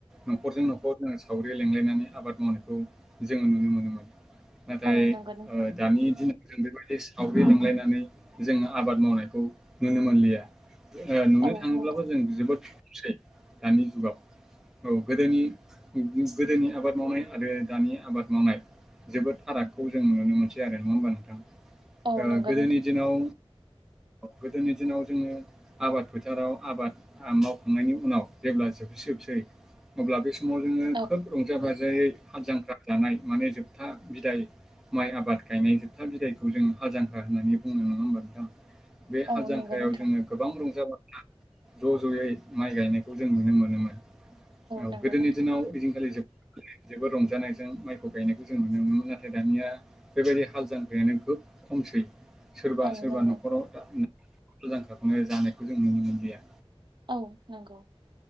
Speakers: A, in the centre; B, on the right.
A: न'खरजों न'खर जों सावरि लेंलायनानै आबाद मावनायखौ जों नुनों मोनोमोन। नाथाय
B: औ नंगौ नोंथां
A: ओ दानि दिना जों बेबायदि सावरि लिंलायनानै जोङो आबाद मावनायखौ नुनो मोनलिया। ओ नुनो
B: औ
A: थाङोब्लाबो
B: नंगौ
A: जों जोबोद <unintelligible> दानि जुगाव औ गोदोनि उम गोदोनि आबाद मावनाय आरो दानि आबाद मावनाय जोबोद फारागखौ जों नुनो मोनसै आरो नङा होमबा नोंथां?
B: औ
A: ओ
B: नंगौ
A: गोदोनि
B: नोंथां
A: दिनाव गोदोनि दिनाव जोङो आबाद फोथाराव आबाद <unintelligible> मावखांनायनि उनाव जेब्ला जोबसै -जोबसै अब्ला बे समाव जोङो
B: औ
A: खोब रंजा -बाजा जेरै हाल -जांख्रा जानाय माने जोबथा बिदाय माइ आबाद गायनाय जोबथा बिदाइखौ जों हाल - जांख्रा होननानै बुंओ नङा होमबा नोंथां? बे
B: औ
A: हाल जांख्रायाव
B: नंगौ नोंथां
A: जोङो गोबां रंजा -बाजा ज' ज'यै माइ गायनायखौ जों नुनो मोनोमोन औ
B: नंगौ
A: गोदोनि
B: नोंथां
A: दिनाव ओइदिनखालि <unintelligible>
B: <unintelligible>
A: जेबो रंजानायजों माइखौ गायनायखौ जों नुनो मोनो। नाथाय दानिया बेबायदि हाल -जांख्रा खोब खम। सै सोरबा-
B: औ
A: सोरबा
B: नंगौ
A: न'खराव मोजां जानायखौ जों नुनो मोनलिया।
B: औ नंगौ।